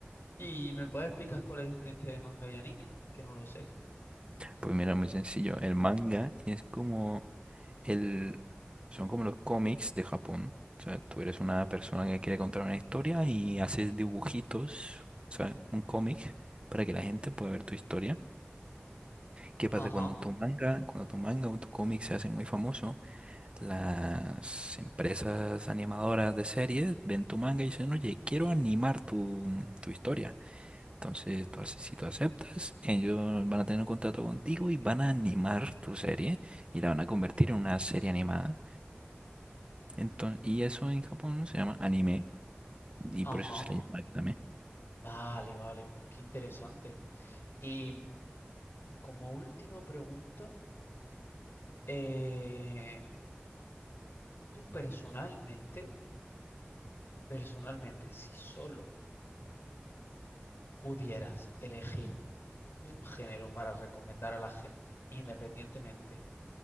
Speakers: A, on the left; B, on the right.
A: ¿Y me puedes explicar cuál es la diferencia de manga y anime? Que no lo sé.
B: Pues mira, muy sencillo. El manga es como el... Son como los cómics de Japón. O sea, tú eres una persona que quiere contar una historia y haces dibujitos, o sea, un cómic para que la gente pueda ver tu historia. ¿Qué pasa
A: Ajá,
B: cuando tu manga, cuando tu manga o tu cómic se hace muy famoso? Las empresas animadoras de series ven tu manga y dicen, oye, quiero animar tu, tu historia. Entonces, tú ace- si tú aceptas, ellos van a tener un contrato contigo y van a animar tu serie y la van a convertir en una serie animada. Entonces, y eso en Japón se llama anime y
A: ajá.
B: por eso se le llama aquí también.
A: Vale, vale, pues qué interesante. Y mm, como última pregunta, eh, tú personalmente, personalmente, si solo pudieras elegir un género para recomendar a la gente, independientemente